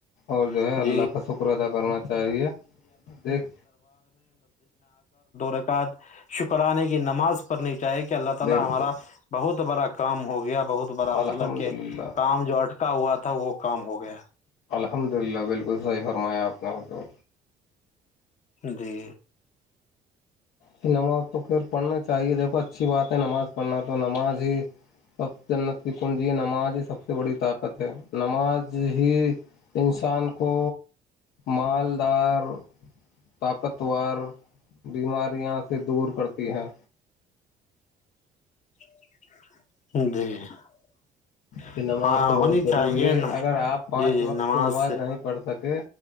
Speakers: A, on the left; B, on the left.
A: اور
B: <unintelligible>
A: جو ہے اللہ
B: د
A: کا شکر ادا کرنا چاہیے دیکھ
B: رکات شکرانے کی نماز پڑنی جائے گ <unintelligible>
A: بالکل
B: بڑا کام ہوگا ہو گیا بہت بڑا مطلب
A: الحمد
B: کہ
A: للہ
B: کام جو اٹکا ہوا تھا وہ کام ہو گیا
A: الحمد للہ بالکل صحیح فرمایا آپ نے ہو تو
B: جی
A: پھر پن چاہیے دیکھو اچھی بات ہے نماز پڑھنا تو نماز ہی سب جنت کی کنجی یہ نماز یہ سب سے بڑی طاقت ہے نماز ہی انسان کو مالدار طاقتور بیماری یہاں سے دور کرتے بہاں
B: <unintelligible>
A: کہ نماز
B: ہاں
A: تو
B: ہونی
A: بہت ضروری
B: چاہیے
A: ہے
B: نا
A: اگر آپ پانچ
B: جی جی
A: وقت کی نماز
B: سے
A: نہیں پڑھ سکے